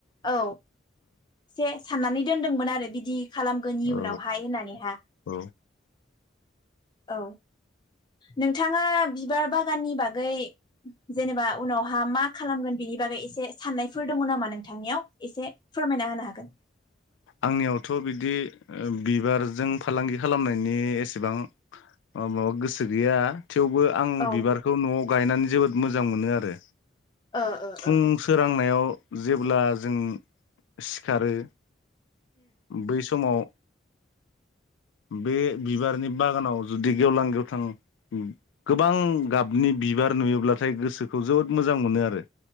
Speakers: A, on the left; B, on the left.
A: औ से साननानै दोनदोंमोन आरो बिदि खालामगोन इयुनावहाय
B: औ
A: होननानैहा ।
B: औ
A: औ नोंथाङा बिबार बागाननि बागै जेनेबा उनावहा मा खालामगोन बिनि बागै एसे साननायफोर दङ नामा नों थांनियाव, एसे फोरमायना होनो हागोन।
B: आंनियावथ' बिदि ओ बिबारजों फालांगि खालामनायनि एसेबां माबा गोसो गैया। थेवबो आं
A: औ
B: बिबारखौ न'आव गायनानै जोबोद मोजां मोनो आरो।
A: ओ ओ
B: फुं
A: ओ
B: सोरांनायाव जेब्ला जों सिखारो बै समाव बे बिबारनि बागानाव जुदि गेवलां गेवथां गोबां गाबनि बिबार नुयोब्लाथाय गोसोखौ जोबोद मोजां मोनो आरो।